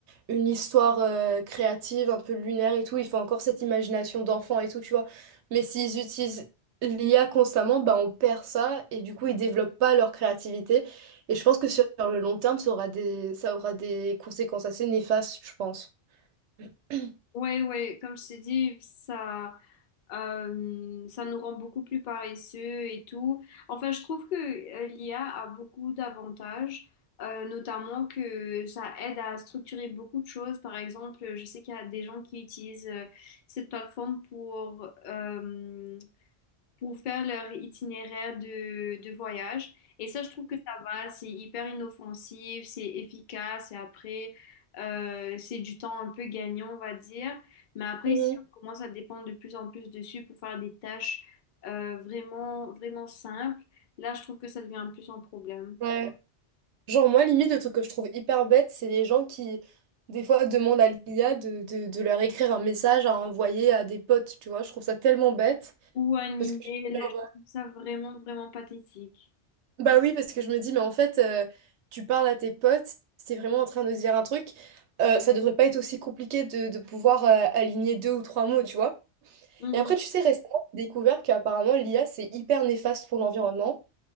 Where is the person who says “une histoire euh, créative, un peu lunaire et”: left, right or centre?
Right